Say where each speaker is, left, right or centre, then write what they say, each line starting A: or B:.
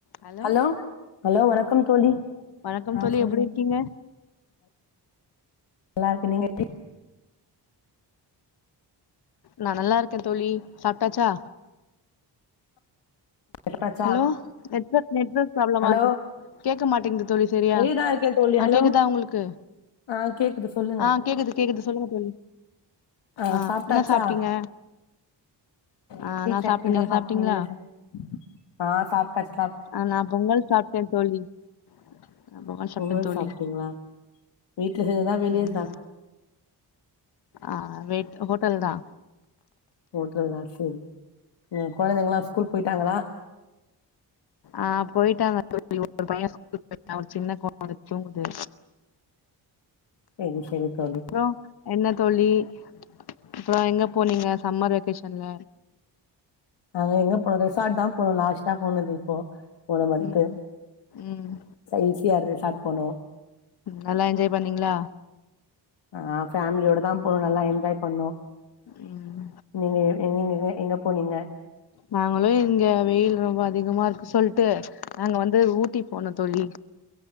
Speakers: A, on the left; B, on the left.
A: ஹலோ
B: ஹலோ வணக்கம் தோழி
A: வணக்கம்
B: அ
A: தோழி
B: சொல்லுங்க
A: எப்டி இருக்கீங்க
B: நல்லாருக்கே நீங்க எப்டி
A: நா நல்லாருக்கே தோழி சாப்ட்டாச்சா
B: சாப்டாச்சா
A: ஹலோ நெட்வொர்க் நெட்வொர்க் பிராப்ளமா
B: ஹலோ
A: இருக்கு கேக்க மாட்டேங்குது தோழி சரியா
B: வெளியதா இருக்கே தோழி
A: ஆ
B: ஹலோ
A: கேக்குதா உங்ளுக்கு
B: ஆ கேக்குது சொல்லுங்க
A: ஆ கேக்குது கேக்குது சொல்லுங்க தோழி
B: ஆ
A: அ
B: சாப்டாச்சா
A: என்ன சாப்ட்டீங்க ஆ
B: இட்லி
A: நா
B: சட்னிதா
A: சாப்ட்டே நீங்க
B: சாப்டிங்கனு
A: சாப்ட்டீங்களா
B: சொன் க சாப்ட்டாச்சு
A: ஆ நா பொங்கல் சாப்ட்டே தோழி நான் பொங்கல் சாப்ட்டே
B: அவ்வுள்
A: தோழி
B: சாப்ட்டீங்ளா வீட்ல செஞ்தா வெளியதா
A: ம். ஆ வீட் ஹோட்டல்தா
B: ஹோட்டல்தா செரி கொழந்தைங்ளா ஸ்கூல் பொய்ட்டாங்ளா
A: ஆ பொய்ட்டாங்க தோழி ஒரு பைய ஸ்கூல் பொய்ட்டா ஒரு சின்ன கொழந்த தூங்குது
B: செரி செரி தோழி
A: அப்றோ எண்ண தோழி அப்றோ எங்க போனீங்க சம்மர் வெக்கேஷன்ல
B: நாங்க எங்க போனோ ரிசார்ட் தா போனோ லாஸ்ட்டா போனது இப்போ போன மந்த்து
A: ம் ம்
B: ஈசிஆர் ரெஷார்ட் போனோ
A: நல்லா என்ஜாய் பண்ணீங்ளா
B: ஆ ஃபேமிலியோட தா போனோ நல்லா என்ஜாய் பண்ணோ
A: ம்
B: உம் நீங்கங்க எங்க போனீங்க
A: நாங்களு இங்க வெயில் ரொம்ப அதிகமா இருக்கு சொல்ட்டு நாங்க வந்து ஊட்டி போனோ தோழி